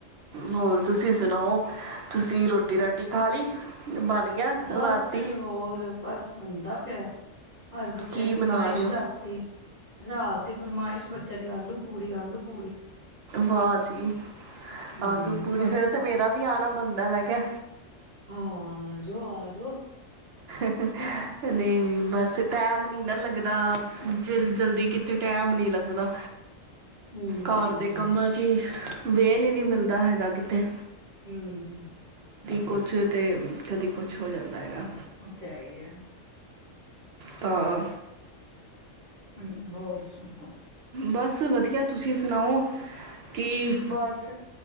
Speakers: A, on the right (about 60°); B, on the right (about 40°).
A: ਹੋਰ ਤੁਸੀਂ ਸੁਣਾਓ। ਤੁਸੀਂ ਰੋਟੀ ਰਾਟੀ ਖਾ ਲਈ? ਬਣ ਗਿਆ
B: ਬਸ
A: ਰਾਤ ਦੀ
B: ਹੋਰ ਬਸ ਬਨਦਾ ਪਿਆ। ਹਰ ਬੱਚਾ
A: ਕੀ
B: ਦੀ ਫਰਮਾਇਸ਼
A: ਬਣਾ ਰਹੇ ਹੋ
B: ਰਾਤੀ, ਰਾਤ ਦੀ ਫਰਮਾਇਸ਼ ਬਚ ਚੜੇ ਆਲੂ--ਪੂੜੀ ਆਲੂ ਪੂੜੀ
A: ਵਾਹ ਜੀ
B: ਹੂੰ
A: ਆਲੂ ਪੂੜੀ
B: ਬਸ
A: ਫਿਰ
B: ਹੋ
A: ਤੇ ਮੇਰਾ ਵੀ ਆਣਾ ਬਣਦਾ ਮੈਂ ਕਿਹਾ
B: ਹਾਂ ਜੋ ਆ ਜੋ
A: ਨਹੀਂ ਨਹੀਂ ਬਸ ਟੈਮ ਨੀ ਨਾ ਲੱਗਦਾ ਜ ਜਲਦੀ ਕਿਤੇ ਟੈਮ ਨੀ ਲੱਗਦਾ
B: ਹੂੰ
A: ਘਰ ਦੇ
B: ਤੇ
A: ਕੰਮਾਂ ਚ ਹੀ ਵੇਹਲ ਹੀ ਨਹੀਂ ਮਿਲਦਾ ਹੈਗਾ ਲੱ ਕਿਥੇ
B: ਹਮ ਹ
A: ਕੁਛ ਤੇ ਕਦੀ ਕੁਛ ਹੋ ਜਾਂਦਾ ਹੈਗਾ
B: ਈ ਆ
A: ਤਾਂ
B: ਹਮ ਹੋਰ ਸੁਣਾਓ
A: ਬਸ ਵਧੀਆ ਤੁਸੀਂ ਸੁਣਾਓ ਕਿ
B: ਬਸ